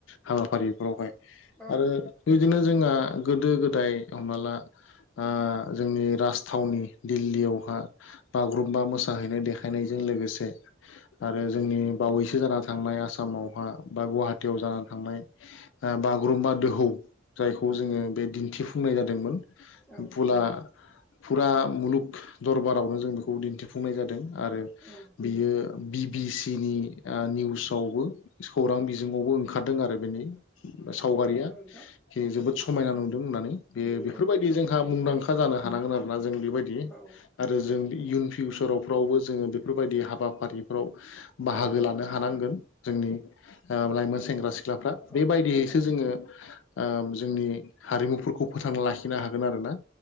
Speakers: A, on the left (about 75°); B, in the centre.
A: हाबाफारिफोरावहाय
B: औ
A: आरो बिदिनो जोंहा गोदो- गोदाय हमना ला ओ जोंनि राजथावनि दिल्लीयावहा बागुरुम्बा मोसाहैनो देखायनायजों लोगोसे आरो जोंनि बावैसो जाना थांनाय आसामावहा बा गुवाहाटियाव जानानै थांनाय बागुरुम्बा दोहौ जायखौ जोङो बे दिन्थिफुंनाय जादोंमोन
B: औ
A: फुला फुरा मुलुग दरबारावनो जों बेखौ दिन्थिफुंनाय जादों आरो
B: औ
A: बियो बि बि सि नि निउसावबो खौरां बिजोङावबो ओंखारदों आरो बेनि सावगारिया
B: नंगौ नोंथां
A: जोबोद समायना नुदों होननानै बे
B: नंगौ
A: बेफोरबायदि
B: नोंथां
A: जोंहा मुंदांखा
B: औ
A: जानो हानांगोन आरोना जों बेबायदि
B: औ
A: आरो जों इयुन फिउसार रावफ्रावबो जोङो बेफोरबायदि हाबाफारिफ्राव बाहागो
B: औ
A: लानो हानांगोन जोंनि लाइमोन
B: नंगौ
A: सेंग्रा सिख्लाफ्रा
B: औ
A: बेबायदियैसो
B: औ
A: जोङो ओ जोंनि हारिमुफोरखौ फोथांना लाखिनो हागोन आरोना